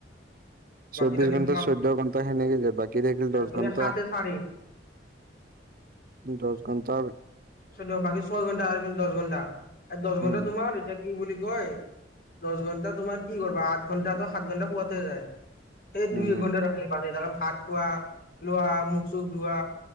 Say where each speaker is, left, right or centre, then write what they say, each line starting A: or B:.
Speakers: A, on the left; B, on the right.
A: বাকী
B: চৌবিশ
A: থাকিল
B: ঘন্টা
A: তোমাৰ
B: চৈধ্যয় ঘন্ণ্টাখিনি য বাকী থাকিল
A: এইপিনে
B: দশ ঘণ্টা
A: সাতে চাৰি
B: ৰজগন্তাৰ
A: সেইটো বাকী ছয় ঘণ্টা আৰুি দহ ঘণ্টা দচ
B: উম
A: ঘণ্টা তোমাৰ এতিয়া কি বুলি কয় দচ ঘন্টা তোমাৰ কি কৰিবা আঠ ঘন্টা সাত ঘন্টা পোৱাতে যায় এয়া দুই
B: উম
A: এঘণ্টা লে ভাত খোৱা লোৱা মুখ চুখ ধোৱা